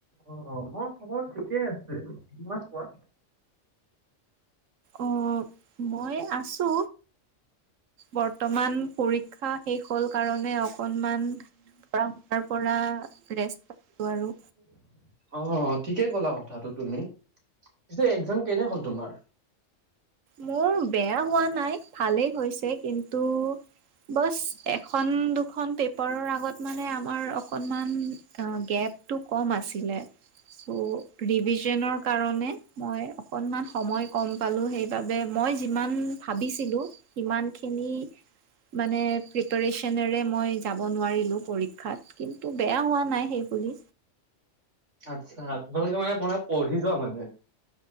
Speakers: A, on the right; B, on the right.
A: অ মোৰ মোৰ ঠিকে আছে তোমাৰ কোৱা
B: অ মই আছো বৰ্তমান পৰীক্ষা শেষ হ'ল কাৰণ মানে অকনমান পঢ়া শুনাৰ পৰা ৰেষ্ট কৰো আৰু
A: অ ঠিকে ক'লা কথাটো তুমি পিছে একজাম কেনে হল তোমাৰ
B: মোৰ বেয়া হোৱা নাই ভালেই হৈছে কিন্তু বছ এখন দুখন পেপাৰৰ আগত মানে আমাৰ অকনমান অ গেপ টো কম আছিলে চ' ৰিভিজনৰ কাৰণে মই অকনমান সময় কম পালো সেই বাবে মই যিমান ভাবিছিলোঁ সিমানখিনি মানে প্ৰিপাৰিচনৰে মই যাব নোৱাৰিলো পৰীক্ষাত কিন্তু বেয়া হোৱা নাই সেই বুলি
A: আচ্ছা তোমালোকে মানে পঢ়ি যোৱা মানে